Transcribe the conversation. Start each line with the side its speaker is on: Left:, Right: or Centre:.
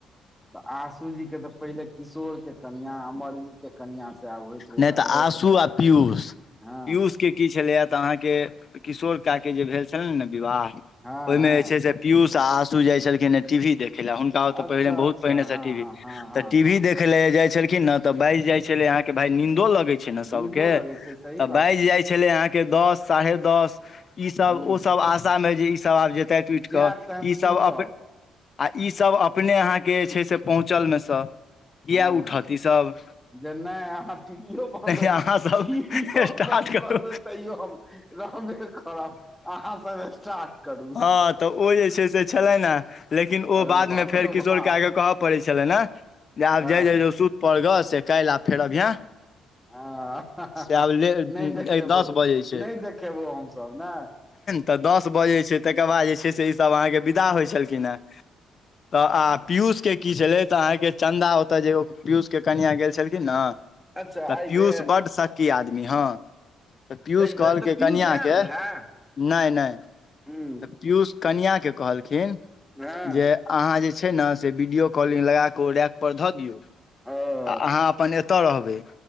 Centre: तऽ आशू जी के तऽ पहिले किशोर के कनिय अमरजी के कनियाँ से आब होइत हो
Left: नहि तऽ आशू आ पीयूष
Centre: हा
Left: पीयूष के की छलैया तऽ अहाँके किशोर क के जे भेल छले ने विवाह
Centre: हँ
Left: ओहि में
Centre: हँ
Left: जे छै। से पियूष आ आशु जाय छलखिन ह टी वी देखे ले हुनका ओ त
Centre: अच्छा
Left: पहिने बहुत
Centre: अच्छा
Left: पहिने से
Centre: हँ
Left: टीवी
Centre: हँ हँ हँ
Left: तऽ टीवी
Centre: हँ
Left: देख ले जाय छलखिन न तऽ बाजि जाय छले अहा के भायई नंन्दो लगे छै। छै। ने सभ
Centre: नीन्दो
Left: के
Centre: लगै
Left: तऽ
Centre: छै सही
Left: बाज
Centre: बात
Left: जाइ छै। छले अहाँके दस साढ़े दस ई सभ
Centre: हूँ
Left: ओ सभ आशा मे जे ई सभ आब जेतै टुटि
Centre: जैब
Left: कऽ
Centre: तहन
Left: ई
Centre: सुतब
Left: सभ अपने आ ई सभ अपने अहाँके जे छै। से पहुँचल मे सँ किएक
Centre: हँ
Left: उठत ई सभ
Centre: जे नहि अहाँ टीवी बन्द
Left: अहाँ सब
Centre: टीवी
Left: स्टार्ट
Centre: बन्द
Left: करू
Centre: करबै तैयो हम रहबे खराब अहाँ सभ स्टार्ट करू
Left: हँ तऽ ओ जे छै। से छलै ने लेकिन ओ
Centre: अरे
Left: बाद
Centre: बाप
Left: में फेर
Centre: रौ
Left: किशोर
Centre: बाप
Left: कए कऽ कहब पड़ै छलै ने जे आब
Centre: हँ
Left: जा ज जो सुत पड़ ग से काल्हि आब फेर अभिय
Centre: हँ
Left: से आब ले
Centre: नहि देखेबौ
Left: एक दस बजे छै।
Centre: नहि देखेबो हमसभ ने
Left: तऽ दस बजे छै। तकर बाद जे से सभ अह विदा होइ छलखिन। ह त पष के की छलै तऽ अहाँके चन्दा ओतय जे पियूसके कनआ गेल छलखिन नऽ
Centre: अच्छा
Left: तऽ
Centre: एहि
Left: पीयूष
Centre: बेर
Left: बड शकी आदमी हँ तऽ पीियूष
Centre: एहि बेर
Left: कहलकै
Centre: तऽ पीयूष
Left: कनिआँके
Centre: आयल रहए
Left: नहि नहि
Centre: ह
Left: तऽ पीयूष कन्य के कहलखिन
Centre: हँ
Left: जे अहाँ जे छै ने से वीडियो कॉलिंग लग कऽ ओ रैक पर धऽ दियौ
Centre: ओ
Left: आ अहाँ अपन एतय रहबै